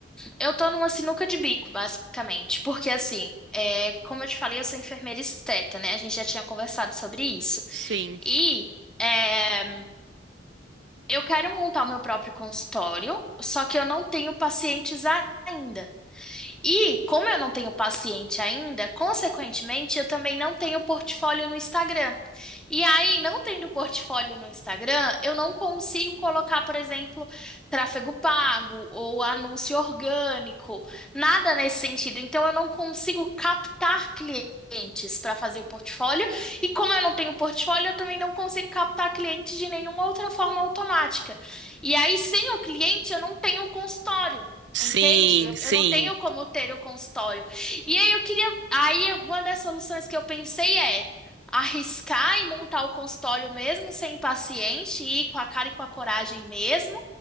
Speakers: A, in the centre; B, on the right.
A: Eu tô numa sinuca de bico, basicamente, porque, assim, é, como eu te falei, eu sou enfermeira esteta, né? A gente já tinha conversado sobre isso.
B: Sim,
A: E. é, Eu quero montar o meu próprio consultório, só que eu não tenho pacientes ainda. E, como eu não tenho paciente ainda, consequentemente, eu também não tenho portfólio no Instagram. E aí, não tendo portfólio no Instagram, eu não consigo colocar, por exemplo, tráfego pago ou anúncio orgânico, nada nesse sentido. Então, eu não consigo captar clientes para fazer o portfólio. E como eu não tenho portfólio, eu também não consigo captar clientes de nenhuma outra forma automática. E aí, sem o cliente, eu não tenho o consultório.
B: sim,
A: Entende? Eu,
B: sim.
A: eu não tenho como ter o consultório. E aí eu queria. Aí uma das soluções que eu pensei é arriscar e montar o consultório mesmo sem paciente, ir com a cara e com a coragem mesmo,